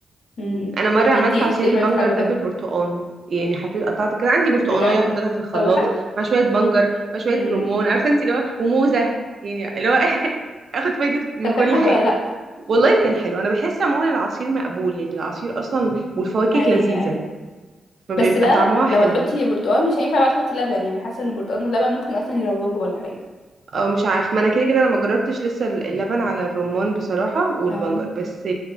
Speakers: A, on the left; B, on the right.
A: امم
B: مم. انا مره
A: بيدي
B: عملت عصير
A: فليفرز
B: البنجر
A: حلوة
B: ده
A: كده
B: بالبرتقال يعني حطيت قطعت كده عندي برتقانيه
A: بجد
B: حطيتها في الخلاط
A: طب حلو
B: مع شويه بنجر مع شويه
A: امم
B: رمان عارفه انت اللي هو وموزه يعني اللي هو <laughs> اخد فايده من
A: طب كان
B: كل
A: حلو
B: حاجه
A: ولا لا
B: والله كان حلو انا بحس عموما العصير مقبول يعني العصير اصلا والفواكه
A: ايوه
B: لذيذه
A: ايوه
B: فبيبقى
A: بس بقى
B: طعمها حلو
A: لو هتحطي برتقال مش هينفع بقى تحطي لبن يعني حاسه ان البرتقال واللبن ممكن اصلا يروبوا ولا حاجه
B: أو مش عارف ما انا كده كده انا ما جربتش لسه اللبن على الرمان بصراحه والبنجر
A: اه
B: بس